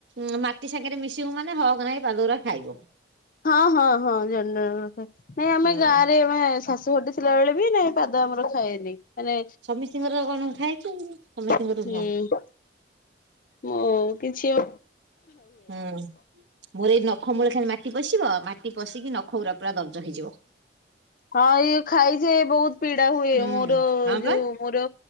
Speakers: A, on the right; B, on the left.
A: ଉଁ ମାଟି ସାଙ୍ଗେରେ ମିଶିବୁ ମାନେ ହକନାଗେ ପାଦ ଉରା ଖାଇବ।
B: ହଁ ହଁ ହଁ ଜଣ୍ଡର କଥା ନାଇଁ ଆମେ
A: ହଁ।
B: ଗାଁରେ ମେ ଶାଶୁ ହଟି ଥିଲା ବେଳେ ବି ନାଇଁ ପାଦ ଆମର ଖାଏନି। ମାନେ
A: ସମସ୍ତିଙ୍କର କଣ ଥାଏ କି ସମସ୍ତିଙ୍କର
B: ହୁଁ।
A: ନୁହଁ।
B: ମୋ କିଛି ଅ
A: ହୁଁ। ମୋର ଏଇ ନଖ ମୂଳେ ଖାଲି ମାଟି ପଶିବ ମାଟି ପଶିକି ନଖ ଉରା ପୁରା ଦର୍ଜ ହେଇଯିବ।
B: ହଁ ଏଇ ଖାଇଯାଏ ବୋହୁତ ପୀଡ଼ା ହୁଏ
A: ହୁଁ
B: ମୋର
A: ହଁ
B: ଯୋଉ
A: ପା
B: ମୋର